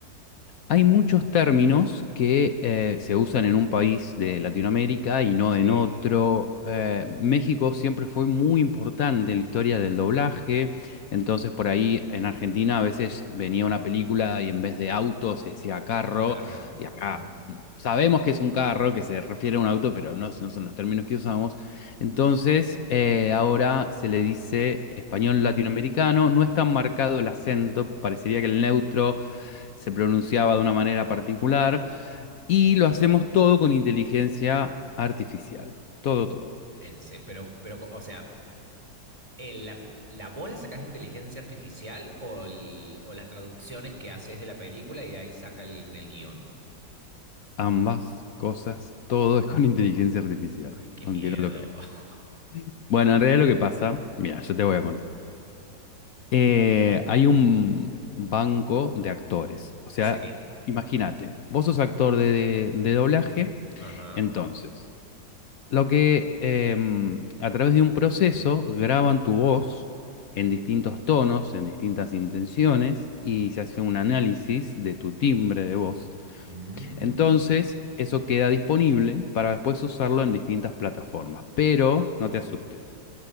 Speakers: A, on the left; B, on the right.
A: Hay muchos términos que eh, se usan en un país de Latinoamérica y no
B: Sí,
A: en otro. Eh, México siempre fue muy importante en la historia del doblaje, entonces por ahí en Argentina a veces venía una película y en vez de auto se decía carro,
B: carro.
A: y acá
B: Ujú.
A: sabemos que es un carro, que se refiere a un auto, pero no, no son los términos que usamos. Entonces eh, ahora se le dice español latinoamericano, no es tan marcado el acento, parecería que el neutro se pronunciaba de una manera particular, y lo hacemos todo con inteligencia artificial. Todo, todo.
B: En se- pero, pero, o sea, el- la, ¿la voz la sacás de inteligencia artificial o, el- o las traducciones que haces de la película y de ahí saca el, en el guión?
A: Ambas cosas, todo es con <laughs> inteligencia artificial,
B: Ay, qué
A: aunque
B: miedo.
A: no lo creas.
B: <laughs>
A: Bueno, en realidad lo que pasa, mira, yo te voy a contar. Eh, hay un banco de actores. O sea,
B: Sí,
A: imagínate, vos sos actor de, de doblaje,
B: ajá.
A: entonces. Lo que em, a través de un proceso graban tu voz en distintos tonos, en distintas intenciones, y se hace un análisis de tu timbre de voz.
B: Mm,
A: Entonces, eso queda disponible para después usarlo en distintas plataformas. Pero no te asustes,